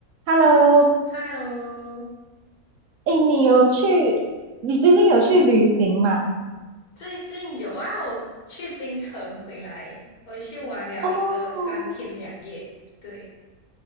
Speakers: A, on the right (about 65°); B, on the left (about 75°).
A: Hello，
B: Hello，
A: 哎，你有去？你最近有去旅行吗？
B: 最近有啊，我去槟城回来，我去玩了一个三天两夜。
A: 哦，
B: 对，